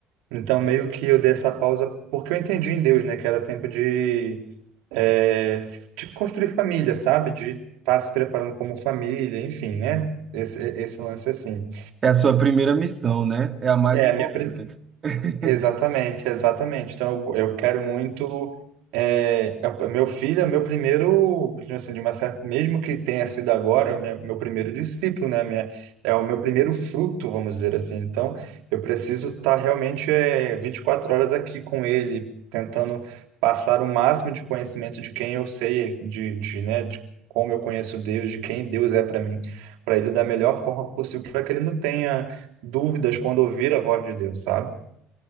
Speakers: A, on the right; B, on the right.
A: Então, meio que eu dei essa pausa porque eu entendi em Deus, né? Que era tempo de, é, de construir família, sabe? De estar se preparando como família, enfim, né? Esse, esse lance assim.
B: É a sua primeira missão, né? É a mais
A: É,
B: importante.
A: a minha, pri-
B: <laughs>
A: Exatamente, exatamente. Então, eu, eu quero muito. é, a- meu filho é meu primeiro, digamos assim, de uma certa, mesmo que tenha sido agora, é meu, meu primeiro discípulo, né? Minha, é o meu primeiro fruto, vamos dizer assim. Então, eu preciso estar realmente é, 24 horas aqui com ele, tentando passar o máximo de conhecimento de quem eu sei, de, de, né, de como eu conheço Deus, de quem Deus é para mim, para ele da melhor forma possível, para que ele não tenha dúvidas quando ouvir a voz de Deus, sabe?